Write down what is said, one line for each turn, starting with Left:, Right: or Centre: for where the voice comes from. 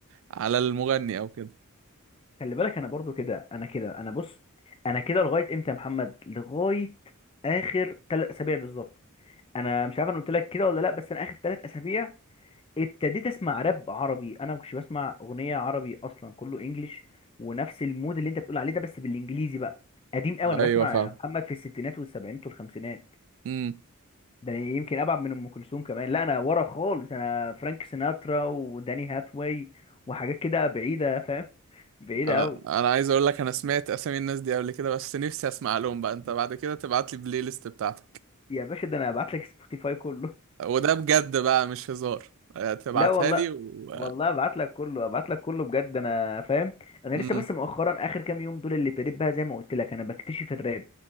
Right: على المغني او كده
Left: خلي بالك انا برضو كده انا كده انا بص انا كده لغايه امتى يا محمد لغايه اخر ثلاث اسابيع بالظبط انا مش عارف انا قلت لك كده ولا لا بس انا اخر ثلاث اسابيع ابتديت اسمع راب عربي انا ما كنتش بسمع اغنيه عربي اصلا كله انجليش ونفس المود اللي انت بتقول عليه ده بس بالانجليزي بقى قديم قوي
Right: ايوه
Left: انا بسمع
Right: فاهم
Left: يا محمد في الستينات والسبعينات والخمسينات
Right: امم
Left: ده أنا يمكن ابعد من ام كلثوم كمان لا انا ورا خالص انا فرانك سيناترا وداني هاثواي وحاجات كده بعيده فاهم <laughs> بعيده
Right: انا
Left: قوي
Right: انا عايز اقول لك انا سمعت اسامي الناس دي قبل كده بس نفسي اسمع لهم بقى انت بعد كده تبعت لي البلاي ليست بتاعتك
Left: يا باشا ده انا هبعت لك سبوتيفاي كله
Right: وده بجد بقى مش هزار آه،
Left: <laughs>
Right: تبعتها
Left: لا والله
Right: لي و...
Left: والله ابعت لك كله ابعت لك كله بجد انا فاهم انا لسه
Right: امم
Left: بس مؤخرا اخر كام يوم دول اللي ابتديت بقى زي ما قلت لك انا بكتشف الراب